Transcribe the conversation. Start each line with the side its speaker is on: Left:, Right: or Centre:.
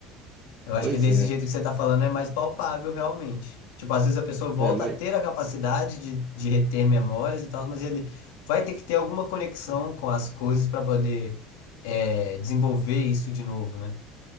Left: Eu acho
Right: Pois
Left: que desse
Right: é.
Left: jeito que você tá falando é mais palpável, realmente. Tipo, às vezes a pessoa volta
Right: É, mas,
Left: a ter a capacidade de, de reter memórias e tal, mas ele vai ter que ter alguma conexão com as coisas para poder é, desenvolver isso de novo, né?